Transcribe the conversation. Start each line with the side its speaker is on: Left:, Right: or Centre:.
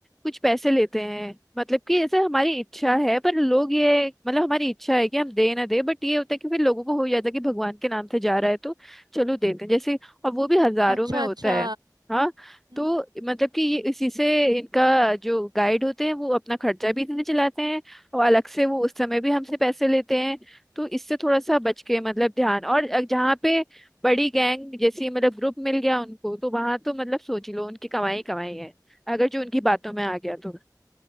Centre: कुछ पैसे लेते हैं मतलब कि ऐसा हमारी इच्छा है पर लोग ये मतलब हमारी इच्छा है कि हम दे ना दे बट ये होता है कि फिर लोगों को हो जाता है कि भगवान के नाम से जा रहा है तो चलो देते हैं जैसे और वो भी हजारों
Right: अच्छा
Centre: में होता
Right: अच्छा
Centre: है हाँ
Right: हम्म
Centre: तो मतलब कि ये इसी से इनका जो गाइड होते हैं वो अपना खर्चा भी इतने चलाते हैं और अलग से वो उस समय भी हमसे पैसे लेते हैं तो इससे थोड़ा सा बच के मतलब ध्यान और अ- जहाँ पे बड़ी गैंग जैसी मतलब ग्रुप मिल गया उनको तो वहां तो मतलब सोच ही लो उनकी कमाई ही कमाई है अगर जो उनकी बातों में आ गया तो